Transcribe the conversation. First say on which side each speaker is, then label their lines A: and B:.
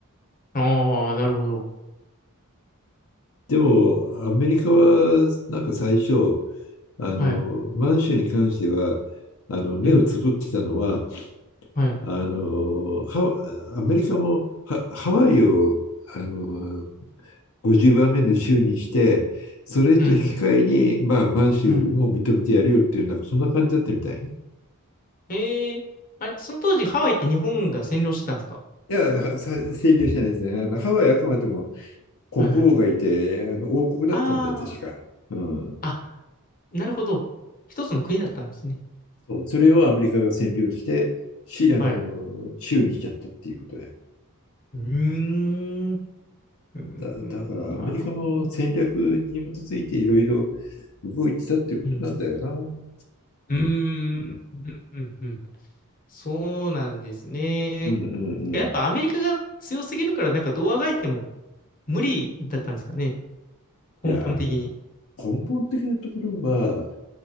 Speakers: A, on the left (about 40°); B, on the left (about 65°).
A: ああ、なるほど。
B: でも、アメリカは、なんか最初、あの、
A: はい。
B: 満州に関しては、あの、目をつぶってたのは、
A: うん。はい。
B: あの、ハアメリカもハ、ハワイを、あの、50番目の州にして、それと引き換えに、
A: うん。
B: まあ、満州も認めてやるよっていう、
A: はい。
B: なんかそんな感じだったみたいね。
A: ええ、あれ、その当時ハワイって日本が占領してたんですか
B: いや、占領してないですね。あのハワイはあくまでも国王がいて、
A: はいはい。
B: 王国だったんだよ、
A: あ
B: 確か。うん。
A: あ、あ、なるほど。一つの国だったんですね。
B: そうそれをアメリカが占領して、し、あの、
A: はい。う
B: 州にしちゃったっていうことで。
A: ーん。うーん、
B: だ、だからアメリカも戦略に基づいていろいろ
A: なるほどな。
B: 動いてたっていうことなんだよな。
A: うん。
B: うん
A: うーん、うんうん、そうなんですね。
B: うんう
A: てか、やっぱアメリカが強すぎるから、
B: ん。
A: なんかどうあがいても無理だったんですかね。
B: いや、
A: 根本的に。
B: 根本的なところは、う